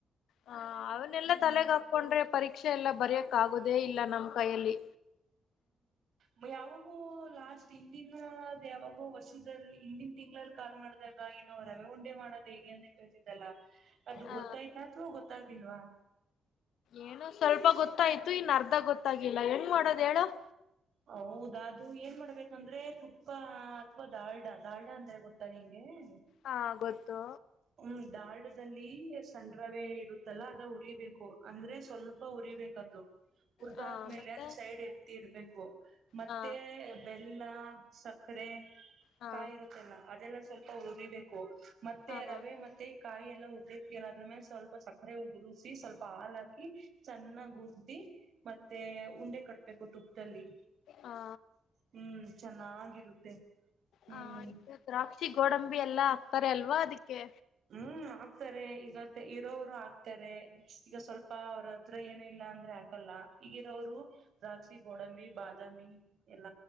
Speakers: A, on the left; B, on the right.
A: ಹ ಅವನೆಲ್ಲಾ
B: ಹ್ಮ್
A: ತಲೆಗ ಹಾಕೊಂಡ್ರೆ ಪರೀಕ್ಷೆ ಎಲ್ಲಾ ಬರ್ಯಕ್ ಆಗೋುದೇ ಇಲ್ಲ ನಮ್ ಕೈಯಲ್ಲಿ
B: ಹ ಯಾವಾಗೂ ಲಾಸ್ಟ್ ಹಿಂದಿನದ ಯಾವಾಗೂ ವಸಲ್ಲಿ ಹಿಂದಿನ ತಿಂಳಲ್ಲಿ ಕಾಲ್ ಮಾಡ್ದ. ಇನ್ನು ರವೆ ಉಂಡೆ ಮಾಡೋದ್ ಹೇಗೆ ಅಂದ ಕೇತಿದ್ದಲ್ಲ ಅದು
A: ಹ
B: ಗೊತ್ತಾಯ್ತಾ ಅಥವಾ ಗೊತ್ತಾಗ್ದಲ್ವಾ-
A: ಏನು ಸ್ವಲ್ಪ ಗೊತ್ತಾಯ್ತು ಇನ್ನು ಅರ್ಧ ಗೊತ್ತಾಗಿಿಲ್ಲ ಏನ್ ಮಾಡೋದ ಹೇಳು-
B: ಹೌದ ಅದು ಏನ್ ಮಾಡ್ಬೇಕಂದ್ರೆ ತುಪ್ಪ ಅಥವಾ ದಾಲ್ಡಾ ದಾಡಾ ಅಂದ್ರೆ ಗೊತ್ತಾ ನಿಂಗೆ-
A: ಹಾ ಗೊತ್ತು
B: ಹ್ಮ್ ದಾಡದಲ್ಲಿ ಸಂಡ್ರವೆ ಇರುತ್ತಲ್ಲ ಅದ ಉರಿಬೇಕು ಅಂದ್ರೆ ಸ್ವಲ್ಪ ಉರಿಬೇಕು ಉರ್ದ
A: ಹ
B: ಆದ್ಮೇಲೆ
A: ಮತ್ತೆ
B: ಅದು ಸೈಡ್ ಎತಿ ಇರ್ಬೇಕು ಮತ್ತೆ-
A: ಹ
B: ಬೆಲ್ಲ ಸಕ್ಕರೆ
A: ಹ
B: ಕಾಯಿ ಇರುತ್ತೆಲ್ಲ ಅದೆಲ್ಲ ಸ್ವಲ್ಪ ಉರುದಿಬೇಕು ಮತ್ತೆ
A: ಹ
B: ರವೆ ಮತ್ತೆ ಕಾಯಿ ಎಲ್ಲ ಉದ್ರತೀರ ಅದ್ರ್ಮೇಲೆ ಸ್ವಲ್ಪ ಸಕ್ಕರೆ ಉದು್ರಸಿ ಸ್ವಲ್ಪ ಹಾ ಹಾಕಿ ಚೆನ್ನಾಗ್ ಹುರ್್ದಿ ಮತ್ತೆ ಉಂಡೆ ಕಟ್ಬೇಕು ತಟುಪ್ಪಲ್ಲಿ
A: ಹಾ
B: ಹ್ಮ್ ಚೆನ್ನಾಗಿರುತ್ತೆ ಹ್ಮ್
A: ಹ ದ್ರಾಕ್ಷಿ ಗೋಡಂಬಿ ಎಲ್ಲಾ ಅಪ್ಪರ ಅಲ್ವಾ ಅದಿಕ್ಕೆ
B: ಹ್ಮ್ ಆಕ್ತಾರೆ ಈಗ ಇರೋರು ಆಕ್ತಾರೆ ಈಗ ಸ್ವಲ್ಪ ಅವರ ಹತ್ರ ಏನು ಇಲ್ಲ ಅಂದ್ರೆ ಹಾಕಲ್ಲ ಈಗಿರೋರು ದ್ರಾಕ್ಷಿ ಗೋಡಂಬಿ ಬಾದಾಮಿ ಎಲ್ಲ